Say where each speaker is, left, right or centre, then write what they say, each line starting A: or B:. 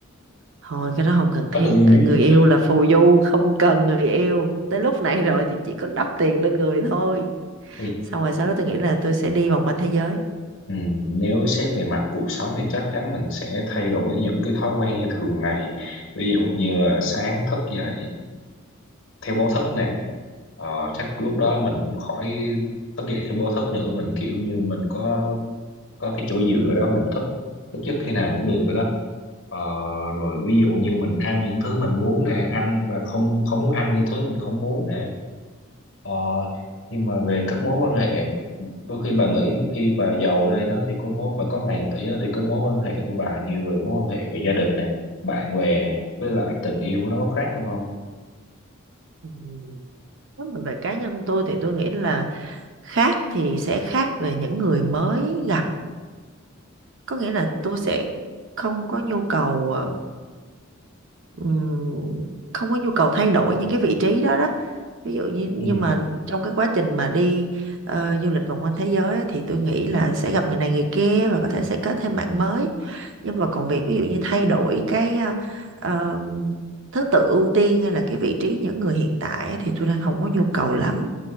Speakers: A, on the right (about 65°); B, on the left (about 70°).
A: thôi cái đó không cần
B: ừ
A: thiết
B: nếu
A: người
B: như-
A: yêu là phù du không cần người yêu tới lúc này rồi thì chỉ có đắp tiền lên người thôi
B: thì
A: xong rồi sau đó tôi nghĩ là tôi sẽ đi vòng quanh thế giới
B: ừ, nếu xét về mặt cuộc sống thì chắc chắn mình sẽ thay đổi những cái thói quen như thường ngày ví dụ như là sáng thức dậy theo báo thức nè ờ, chắc lúc đó mình cũng khỏi thức dậy theo báo thức nữa mình kiểu như mình có có cái chỗ dựa đó mình thức thức giấc khi nào cũng được rồi đó Ờ, rồi ví dụ như mình ăn những thứ mình muốn nè ăn và không không muốn ăn những thứ mình không muốn nè Ờ, nhưng mà về các mối quan hệ đôi khi bà nghĩ khi bà giàu lên đó thì có mối bà có ngàn tỷ đó, thì có mối quan hệ của bà như vừa mối quan hệ về gia đình nè bạn bè nè với lại tình yêu nó có khác không không
A: Ừm, nếu mà về cá nhân tôi thì tôi nghĩ là khác thì sẽ khác về những người mới gặp có nghĩa là tôi sẽ không có nhu cầu ờ, ừm, không có nhu cầu thay đổi những cái vị trí đó đó ví dụ như nhưng
B: ừ
A: mà trong cái quá trình mà đi ờ, du lịch vòng quanh thế giới á, thì tôi nghĩ là sẽ gặp người này người kia và có thể sẽ kết thêm bạn mới nhưng mà còn việc ví dụ như thay đổi cái ờ, ờ, thứ tự ưu tiên hay là cái vị trí những người hiện tại á, thì tôi đang không có nhu cầu lắm